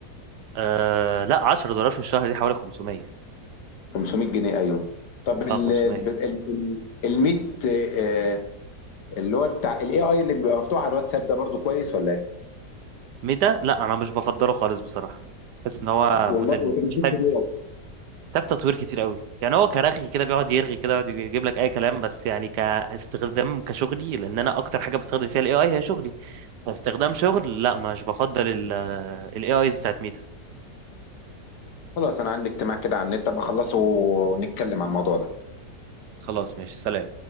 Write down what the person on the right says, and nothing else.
آه لا 10 دولار في الشهر دي حوالي 500
اه 500
ميتا لا انا مش بفضله خالص بصراحه بحس ان هو
موديل
محتاج
محتاج تطوير كتير قوي يعني هو كرغي كده بيقعد يرغي كده يقعد يجيب لك اي كلام بس يعني كاستخدام كشغلي لان انا اكتر حاجه بستخدم فيها الاي اي هي شغلي فاستخدام شغل لا مش بفضل الاي ايز بتاعت ميتا
خلاص ماشي سلام